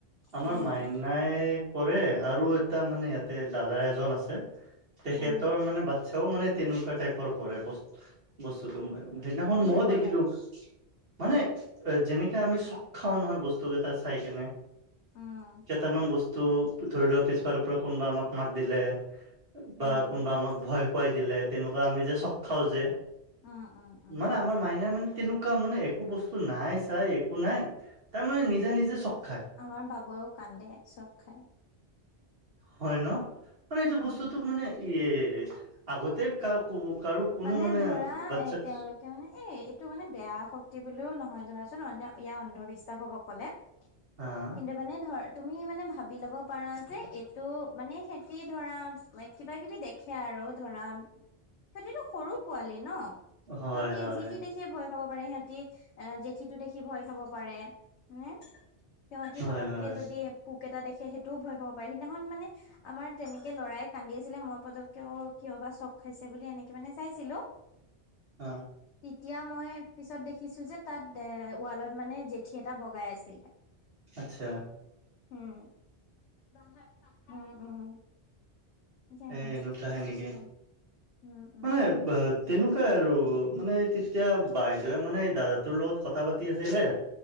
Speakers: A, on the right; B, on the left.
A: আমাৰ
B: উম
A: মাইনাইক
B: উম
A: কৰে আৰু এটা মানে ইয়াতে দাদা এজন আছে তেখেতৰ
B: হম
A: মানে
B: হম
A: বাচ্ছ- তৌ মানে তেনেকুৱা টাইপৰ কৰে বস্ত-, বস্তুটো মই সেইদিনাখন
B: কি
A: মইও
B: কৰে
A: দেখিলোঁ। মানে যেনেকে আমি চখ খাও নহয় বস্তুকেইটা চাই কেনে।
B: উম
A: কেইটামান বস্তু ধৰি লোৱা পিছফালৰ পৰা কোনোবা আমাক মাত দিলে। বা
B: উম
A: কোনোবা আমাক ভয় খুৱাই দিলে তেনেকুৱা আমি যে চক খাও যে।
B: উম উম উম
A: মানে
B: উম
A: আমাৰ মাইনা মানে তেনেকুৱা মানে একো বস্তু নাই চাই একো নাই তাৰ মানে নিজে নিজে চখ খাই।
B: আমাৰ বাবুৱেও কান্দে চখ খাই।
A: হয় ন মানে এইটো বস্তুটো
B: উম
A: মানে এ আগতে কা কাৰো
B: মানে ধৰা
A: বাচ্ছাক
B: এ তেওঁলোক মানে এ এইটো মানে বেয়া শক্তি বুলিও নহয় জনাচোন ইয়াৰ অন্ধবিশ্বাস হব ক'লে।
A: অহ।
B: কিন্তু মানে ধৰ তুমি মানে ভাবি ল'ব পাৰা যে এইটো মানে সেহতি ধৰা কিবা কিবি দেখ খে আৰু ধৰা সিহঁতিটো সৰু পোৱালি ন?
A: হয়
B: সিহতি
A: হয়
B: যি টি দেখিয ভয় খাব পাৰে। সিহতি এ জেঠীটো দেখি ভয় খাব পাৰে, হয়নে? সিহতি
A: হয়
B: পটককে
A: হয়
B: যদি পোক এটা দেখে সেইটোও ভয় খাব পাৰে সিদিনাখন মানে আমাৰ তেনেকে লৰাই কান্দি আছিলে মই পতককেও কিয় বা চখ খাইছে বুলি এনে মানে চাইছিলো
A: অ।
B: তেতিয়া মই পিছত দেখিছো যে তাত এ ৱালত মানে জেঠী এটা বগাই আছিলে।
A: আটছা।
B: উম, <unintelligible> উম, উম। যা
A: এ এনেকুৱাহে
B: পিছে
A: নেকি?
B: ৰ উম, উম,
A: মানে বা তেনেকুৱাই আৰু মানে তেতিয়া বাইদেউৱে মানে এই দাদাটোৰ লগত কথা পাতি আছিলে।